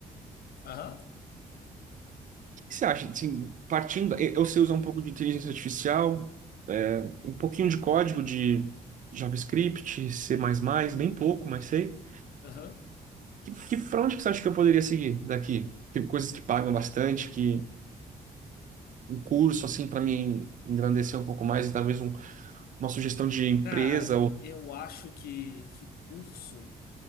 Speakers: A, on the left; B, on the right.
A: Aham,
B: O que você acha? Assim, partindo, eu eu sei usar um pouco de inteligência artificial, é, um pouquinho de código de JavaScript, C++, bem pouco, mas sei.
A: aham.
B: Que, que, pra onde que você acha que eu poderia seguir daqui? Tem coisas que pagam bastante, que um curso, assim, para me engrandecer um pouco mais, e talvez um- uma sugestão de empresa.
A: Cara,
B: Ou...
A: eu acho que, que curso